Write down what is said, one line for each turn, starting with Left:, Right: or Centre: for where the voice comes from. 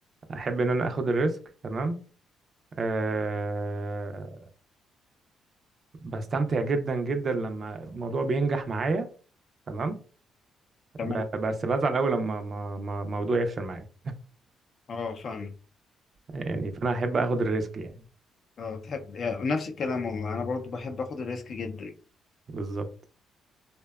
Right: احب ان انا اخد الريسك تمام آه، بستمتع جدا جدا لما الموضوع بينجح معايا تمام
Left: تمام
Right: ب- بس بزعل قوي لما ما ما موضوع يفشل معايا
Left: اه فاهمك
Right: يعني فانا احب اخد الريسك يعني
Left: اه بتحب يعني نفس الكلام والله انا برضو بحب اخد الريسك جدا
Right: بالظبط